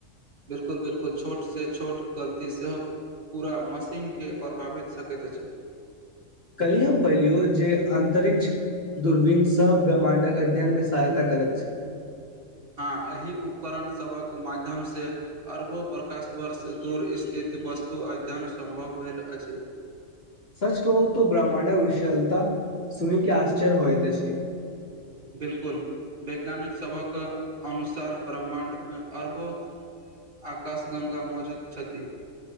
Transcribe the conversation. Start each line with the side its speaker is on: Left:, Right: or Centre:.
Right: बिलकुल बिलकुल छोटसँ छोट गलती सेहो पूरा मशीनके प्रभावित सकैत अछि
Left: कल्हि हम पहिलियौ जे अन्तरिक्ष दूरवीन सभ ब्रह्माण्डक अध्ययनमे सहायता करैत छथि
Right: हँ एहि उपकरण सभक माध्यमसँ अरबो प्रकाश वर्ष दूर स्थित वस्तु अध्ययन सम्भव भेल अछि
Left: सच कह तो ब्रह्माण्डक विशालता सुनि के आश्चर्य होइत छै
Right: बिलकुल वैज्ञानिक सभक अनुसार ब्रह्माण्ड में अरबो आकाशगङ्गा मौजूद छथि